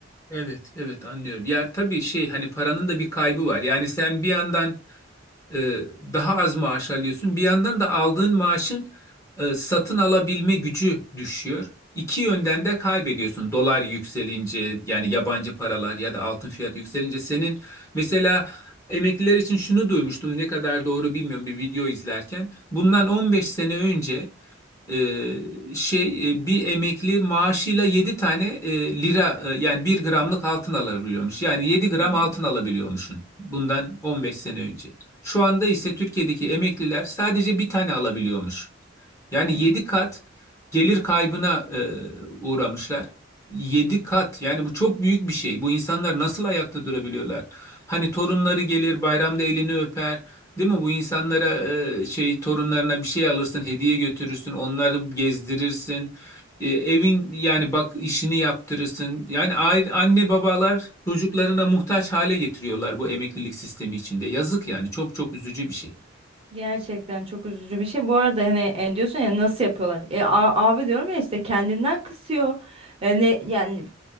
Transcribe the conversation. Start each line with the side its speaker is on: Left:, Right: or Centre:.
Left: evet, evet anlıyorum. Ya tabii şey hani paranın da bir kaybı var. Yani sen bir yandan e, daha az maaş alıyorsun. Bir yandan da aldığın maaşın e, satın alabilme gücü düşüyor. İki yönden de kaybediyorsun. Dolar yükselince yani yabancı paralar ya da altın fiyatı yükselince senin mesela emekliler için şunu duymuştum ne kadar doğru bilmiyorum bir video izlerken. Bundan 15 sene önce e, şey e, bir emekli maaşıyla 7 tane e, lira e, yani bir gramlık altın alabiliyormuş. Yani yedi gram
Right: Hı hı.
Left: altın alabiliyormuşsun bundan 15 sene önce. Şu anda ise Türkiye'deki emekliler sadece bir tane alabiliyormuş. Yani
Right: Hı hı.
Left: 7 kat gelir kaybına e, uğramışlar. 7 kat yani bu çok büyük bir şey. Bu insanlar nasıl ayakta durabiliyorlar? Hani torunları gelir bayramda elini öper. Değil mi? Bu insanlara e, şey torunlarına bir şey alırsın, hediye götürürsün, onları gezdirirsin. E, evin yani bak işini yaptırırsın. Yani aile, anne babalar çocuklarına muhtaç hale getiriyorlar bu emeklilik sistemi içinde. Yazık yani çok çok üzücü bir şey.
Right: Gerçekten çok üzücü bir şey. Bu arada hani e, diyorsun ya nasıl yapıyorlar? E, a- abi diyorum ya işte kendinden kısıyor. E, ne- yani